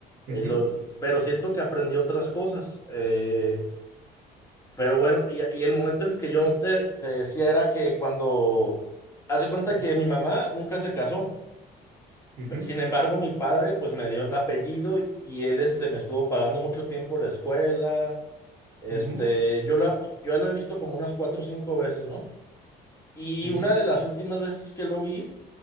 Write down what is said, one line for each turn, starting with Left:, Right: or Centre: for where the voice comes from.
Left: Eh,
Right: ujú,
Left: lo- pero siento que aprendí otras cosas. Eh, pero bueno, y, y el momento en el que yo te, te decía era que cuando hace cuenta
Right: ujú,
Left: que mi mamá nunca se casó.
Right: ujú,
Left: pe- Sin embargo, mi padre pues me dio el apellido y, y él este me estuvo pagando mucho tiempo la escuela. Este,
Right: ujú,
Left: yo la, yo lo he visto como unas cuatro o cinco veces, ¿no? Y
Right: ujú,
Left: una de las últimas veces que lo vi,